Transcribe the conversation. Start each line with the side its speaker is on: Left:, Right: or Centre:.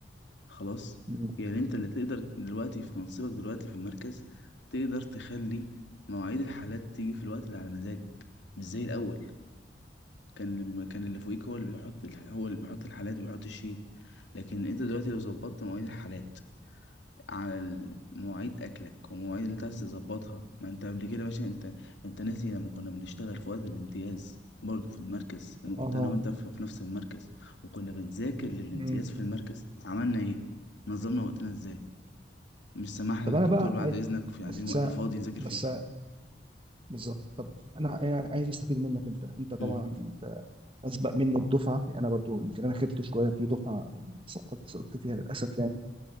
Left: خلاص
Right: مم.
Left: يعني انت اللي تقدر دلوقتي في منصبك دلوقتي في المركز تقدر تخلي مواعيد الحالات تيجي في الوقت اللي على مزاجك مش زي الاول كان لما- كان اللي فوقيك هو اللي بيحط الح- هو اللي بيحط الحالات وبيحط الشيت لكن انت دلوقتي لو ظبطت مواعيد الحالات على ال- مواعيد اكلك ومواعيد اللي انت عايز تظبطها ما انت قبل كده يا باشا انت انت ناسي لما كنا بنشتغل في وقت الامتياز برضه في المركز لما كنت
Right: اه طبعا
Left: انا وانت في في نفس المركز وكنا بنذاكر للامتياز
Right: مم.
Left: في المركز عملنا ايه نظمنا وقتنا ازاي مش سمحنا
Right: طب
Left: للدكتور
Right: انا بقى
Left: بعد
Right: عايز
Left: اذنك في
Right: بس
Left: عايزين وقت فاضي نذاكر
Right: بس
Left: فيه
Right: بالظبط طب انا عايز استفيد منك انت انت طبعا
Left: امم
Right: انت اسبق مني بدفعه انا برضو يمكن انا خدت شويه في دفعه يعني سقطت سقطت فيها للاسف يعني